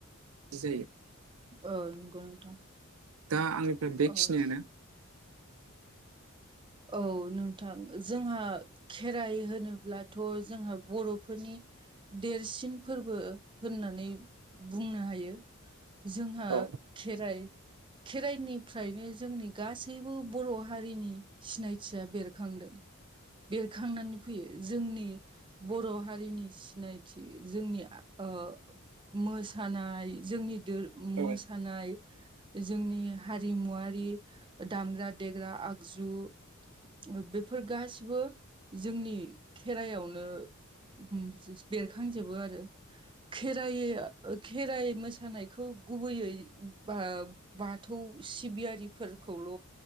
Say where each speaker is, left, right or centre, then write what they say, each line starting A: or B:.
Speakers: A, on the right; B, on the right.
A: जायो
B: औ नंगौ नोंथां
A: दा आंनिफ्राय बेखिनियानो
B: औ औ नोंथां जोंहा खेराइ होनोब्लाथ' जोंहा बर'फोरनि देरसिन फोरबो होननानै बुंनो हायो जोंहा
A: औ
B: खेराइ खेराइनिफ्रायनो जोंनि गासैबो बर' हारिनि सिनायथिया बेरखांदों बेरखांनानै फैयो जोंनि बर' हारिनि सिनायथि जोंनि आ ओ मोसानाय जोंनि दोर उम
A: औ
B: मोस थानाय जोंनि हारिमुवारि ओ दामग्रा -देग्रा आगजु ओ बेफोर गासिबो जोंनि खेराइयावनो उम <unintelligible> बेरखांजोबो आरो। खेराइयो ओ खेराइ मोसानायखौ गुबैयै बा बाथौ सिबियारिफोरखौल'